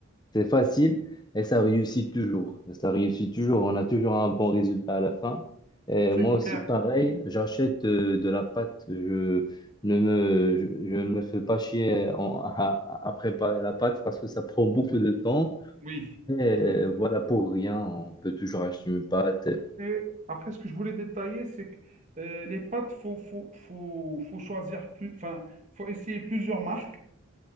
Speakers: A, on the left (about 20°); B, on the right (about 35°).
A: c'est facile et ça réussit toujours. Ça réussit toujours. On a toujours un bon résultat à la fin. Et
B: C'est
A: moi
B: clair.
A: aussi, pareil, j'achète euh, de la pâte. Je ne me, je, je ne me fais pas chier en- <laughs> à, à préparer la pâte parce que ça prend beaucoup de temps.
B: Oui,
A: Et euh,
B: oui,
A: voilà,
B: c'est clair.
A: pour rien, on peut toujours acheter une pâte.
B: Après, après, ce que je voulais détailler, c'est que euh, les pâtes, faut, faut, faut, faut choisir plus, enfin, faut essayer plusieurs marques,